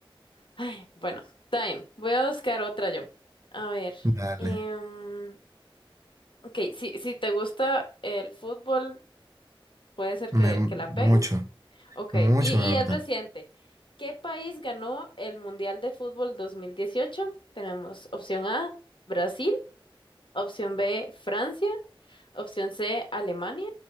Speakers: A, on the left (about 65°); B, on the right (about 35°).
A: Ay, bueno, está bien. Voy a buscar otra yo. A ver.
B: Dale.
A: em, ok, si, si te gusta el fútbol, puede ser
B: Me-
A: que, que la pegues.
B: mucho,
A: Ok,
B: mucho
A: y,
B: me
A: y es
B: gusta.
A: reciente. ¿Qué país ganó el Mundial de Fútbol 2018? Tenemos opción A, Brasil, opción B, Francia, opción C, Alemania